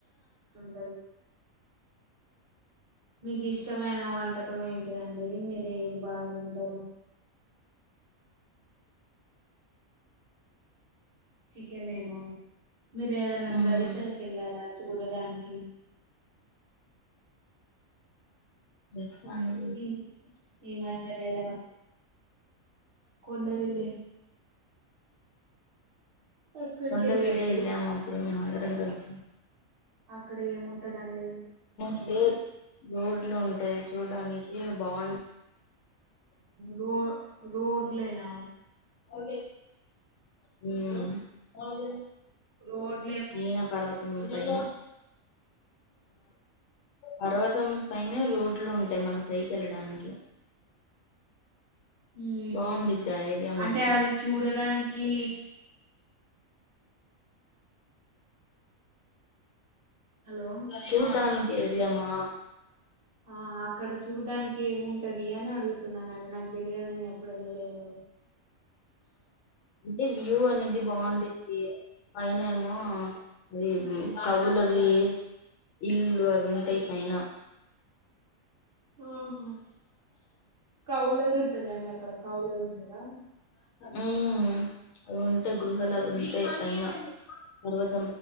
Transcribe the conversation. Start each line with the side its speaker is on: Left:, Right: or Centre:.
Right: ఉంటది మీకు ఇష్టమైన వంటకం ఏంటిదండి మీరు ఏది బాగా తింటారు చికెనేనా మీరు ఏదన్నా
Left: ఉమ్
Right: ప్రదేశాలకు వెళ్ళారా చూడడానికి
Left: ఎస్ అండి
Right: ఈ ఈ మధ్యలో ఏదైనా కొండ వీడే అక్కడికి
Left: కొండవీడు
Right: వెళ్ళారండి
Left: ఎళ్ళాం అప్పుడు మేం అదే ట్రైబల్స్
Right: అక్కడ ఏమున్ ట దాండి
Left: అదే రోడ్లు ఉంటాయి చూడడానికి బాగుం
Right: రో రోడ్ల్ లేనా
Left: ఓకే హుమ్ మా వే
Right: రోడ్
Left: అయినా పర్వతం పైన ఆ రోజం పైనే రోడ్లు ఉంటాయి మనం పైకి వెళ్ళడానికి
Right: ఊమ్
Left: బాగుండిద్ది ఆ ఏరియా
Right: అంటే
Left: మాత్రం
Right: అది చూడడానికి కీ హలో
Left: చూడ్డానికి ఏలేమా
Right: ఆ అక్కడ చూడ్డానికి ఏం ఉంటది అని అడుగుతున్నానండి నాకు తెలియదు నేను ఎప్పుడు వెళ్ళలేదు
Left: అంటే వ్యూ అనేది బావుండిద్ది పైన ఏమో అవి కవులువి ఇల్లు అవి ఉంటాయి పైన
Right: ఆహా కవులది ఉంటదా అండి అక్కడ కవులది ఉంటదా
Left: ఊ అవి ఉంటాయి గృహలు అవి ఉంటాయి పైన పర్వత